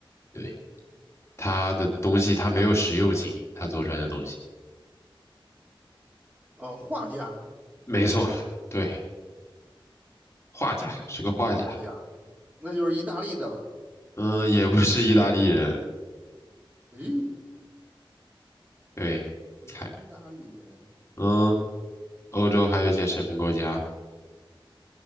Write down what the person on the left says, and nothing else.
对，他的东西他没有实用性，他做出来的东西，
没错，对，画家是个画家。
嗯，也不是意大利人，
对，
猜，嗯，欧洲还有一些什么国家？